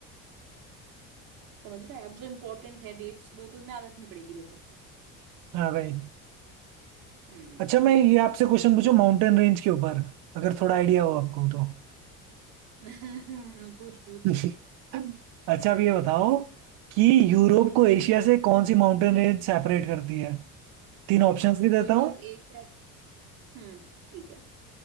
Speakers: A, on the right (about 85°); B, on the right (about 65°).
A: समझ रहा है अब जो इम्पोर्टेंट है डेट्स वो तो तुम्हें याद रखनी पड़ेगी देखो
B: हाँ भाई
A: हम्म
B: अच्छा मैं ये आपसे क्वेश्चन पूछूं माउंटेन रेंज के ऊपर अगर थोड़ा आइडिया हो आपको तो
A: <laughs> पूछ पूछ
B: <laughs> अच्छा अब ये बताओ कि यूरोप को एशिया से कौन सी माउंटेन रेंज सेपरेट करती है तीन ऑप्शंस भी देता
A: यूरोप
B: हूँ
A: एशिया हम्म ठीक है